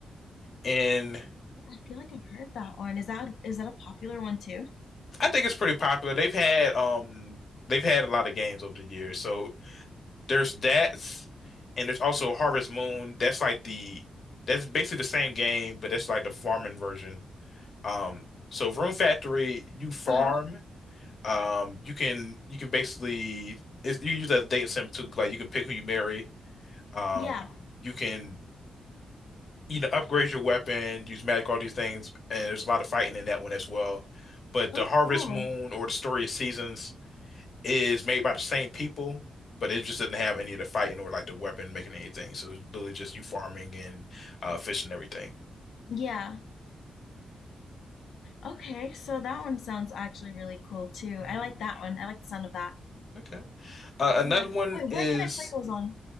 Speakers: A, on the left (about 45°); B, on the left (about 80°).
A: and
B: I feel like I've heard that one. Is that is that a popular one too?
A: I think it's pretty popular. They've had um, they've had a lot of games over the years. So there's that, and there's also Harvest Moon. That's like the that's basically the same game, but that's like the farming version. Um, so Rune Factory, you farm.
B: Uh-huh.
A: Um, you can you can basically it's, you can use that as a dating sim too. Like you can pick who you marry. Um,
B: Yeah.
A: you can you know, upgrade your weapon, use magic, all these things, and there's a lot of fighting in that one as well. But
B: Oh,
A: the Harvest
B: cool.
A: Moon or the Story of Seasons is made by the same people, but it just doesn't have any of the fighting or like the weapon making anything. So it's literally just you farming and uh, fishing and everything.
B: Yeah. Okay, so that one sounds actually really cool too.
A: Mm,
B: I like that one. I like the sound of that.
A: okay. Uh,
B: Yeah.
A: another one
B: Wait,
A: is
B: where can I play those on?